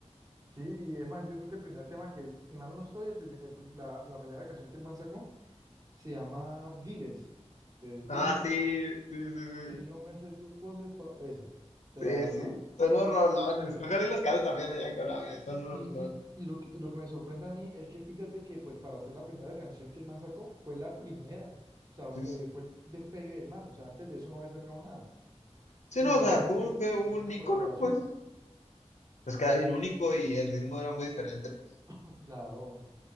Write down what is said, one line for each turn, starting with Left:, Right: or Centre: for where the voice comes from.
Right: sí, y es más, yo creo que el primer tema que, si mal no estoy, el primer- el pri- la, la primera canción que el man sacó se llama Diles. Te dile
Left: Ah, sí, sí, sí, sí.
Right: que yo me sé tus poses, fa- esa. O sea,
Left: Sí,
Right: la verdad.
Left: sí. Son unos rolones. Ojalá y los cante también allá en Colombia. Son
Right: Y,
Left: unos
Right: y,
Left: rolones.
Right: y, y lo que, y lo que me sorprende a mí es que fíjate que, pues, para hacer la primera canción que el man sacó, fue la primera. O sea,
Left: Sí, sí.
Right: eh, fue el despegue del man. O sea, antes de eso no había sacado nada.
Left: Sí,
Right: Y
Left: no,
Right: de
Left: o sea,
Right: una
Left: fue,
Right: vez se,
Left: fue un
Right: se fue para
Left: ícono,
Right: colaboración.
Left: pues. Pues queda bien único y el ritmo era muy diferente, pues.
Right: <laughs> Claro,